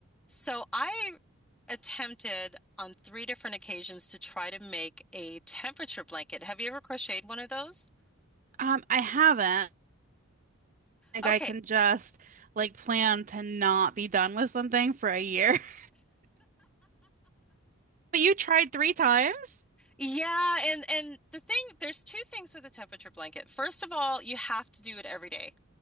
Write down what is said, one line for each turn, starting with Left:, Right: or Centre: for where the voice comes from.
Centre: So I attempted on three different occasions to try to make a temperature blanket. Have you ever crocheted one of those?
Right: Um, I haven't. Like
Centre: Okay.
Right: I can just like plan to not be done with something for a year. <laughs> But you tried three times?
Centre: Yeah, and and the thing, there's two things with a temperature blanket. First of all, you have to do it every day.